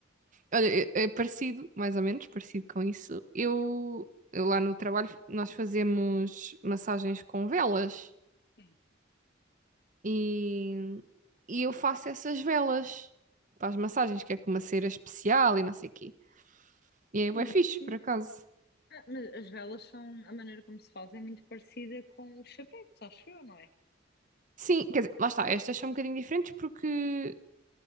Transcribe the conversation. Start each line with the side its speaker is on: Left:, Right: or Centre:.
Right: Olha, é é parecido, mais ou menos, parecido com isso. Eu, eu lá no trabalho, nós fazemos massagens com velas
Left: Sim.
Right: e, e eu faço essas velas para as massagens, que é com uma cera especial e não sei o quê. E é
Left: Muito
Right: bué fixe,
Left: fixe.
Right: por acaso.
Left: Ah, Mas as velas são, a maneira como se faz é muito parecida com os chapetes, acho eu, não é?
Right: Sim, quer dizer, lá está, estas são um bocadinho diferentes porque